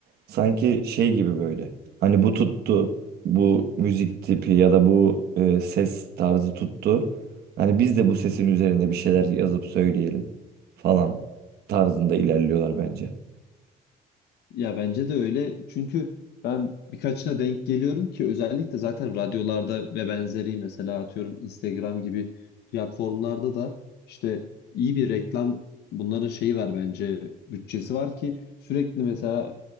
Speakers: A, on the right; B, on the left.
A: sanki şey gibi böyle. Hani bu tuttu, bu müzik tipi ya da bu e, ses tarzı tuttu. Hani biz de bu sesin üzerine bir şeyler yazıp söyleyelim falan tarzında ilerliyorlar bence.
B: Ya bence de öyle. Çünkü ben birkaçına denk geliyorum ki özellikle zaten radyolarda ve benzeri mesela atıyorum Instagram gibi platformlarda da işte iyi bir reklam bunların şeyi var bence bütçesi var ki sürekli mesela